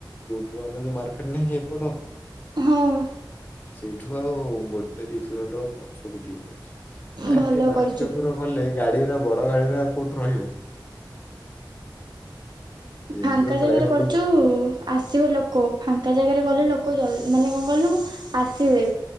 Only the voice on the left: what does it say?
ଯୋଉ ଆମର ଯୋଉ ମାର୍କେଟ ନାହିଁ ଏପଟ
ସେଇଠୁ ଆଉ ହଉ ଗୋଟେ ଦି କିଲୋମିଟର ପଛକୁ ଟିକେ ଅଛି। ସେଠି
ମାର୍କେଟ
ଉପରେ ଗଲେ ଗାଡି ବଡ ଗାଡିଗୁରା କୋଉଠୁ ରହିବ। ଯେହେତୁ
ଡ୍ରାଇଭର
ଲୋକ